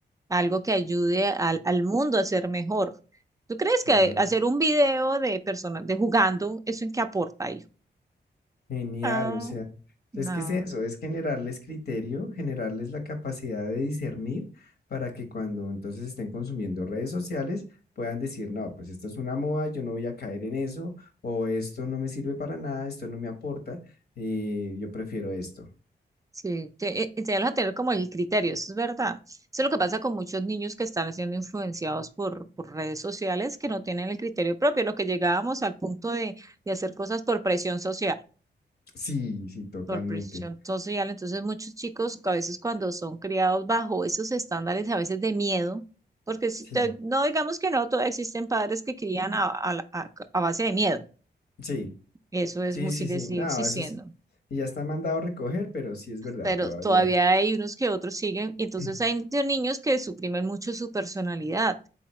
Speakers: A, on the right; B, on the left.
A: algo que ayude al, al mundo a ser mejor. ¿Tú crees
B: claro.
A: que hacer un video de personas de jugando, eso en qué aporta, hijo?
B: Genial,
A: Ah,
B: o sea,
A: no.
B: es que es eso, es generarles criterio, generarles la capacidad de discernir para que cuando entonces estén consumiendo redes sociales puedan decir, no, pues esto es una moda, yo no voy a caer en eso, o esto no me sirve para nada, esto no me aporta, y yo prefiero esto.
A: Sí, te, eh, enseñarlos a tener como el criterio, eso es verdad. Eso es lo que pasa con muchos niños que están siendo influenciados por, por redes sociales que no tienen el criterio propio, lo que llegábamos al punto de, de hacer cosas por presión social.
B: Sí, sí, totalmente.
A: por presión social. Entonces, muchos chicos que a veces cuando son criados bajo esos estándares, a veces de miedo, porque si
B: Sí,
A: te- no digamos que no, todavía existen padres que crían a, a la- a- a base de miedo.
B: sí,
A: Eso es,
B: sí,
A: mu-
B: sí,
A: sigue,
B: sí,
A: sigue
B: no,
A: existiendo.
B: eso es, y ya está mandado a recoger, pero sí es verdad,
A: Pero
B: todavía.
A: todavía hay unos que otros siguen. Y entonces
B: <clears throat>
A: hay de niños que suprimen mucho su personalidad.